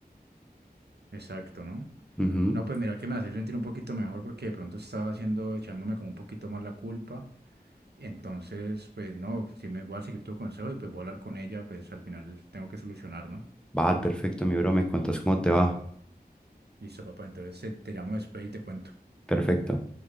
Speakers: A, on the right; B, in the centre.
A: exacto, ¿no?
B: Ujú.
A: No, pues mira que me hace sentir un poquito mejor porque de pronto estaba haciendo, echándome como un poquito más la culpa. Entonces, pues no, si me voy a seguir tu consejo y pues voy a hablar con ella, pues al final tengo que solucionar, ¿no?
B: Va, perfecto, mi bro, me cuentas cómo te va.
A: Listo, papá. Entonces eh, te llamo después y te cuento.
B: Perfecto.